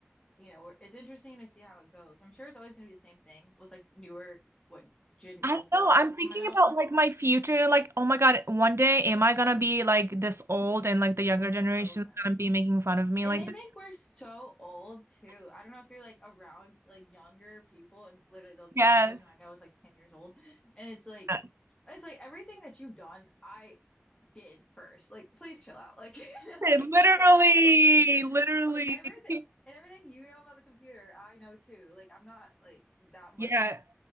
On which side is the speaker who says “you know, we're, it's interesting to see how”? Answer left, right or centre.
Left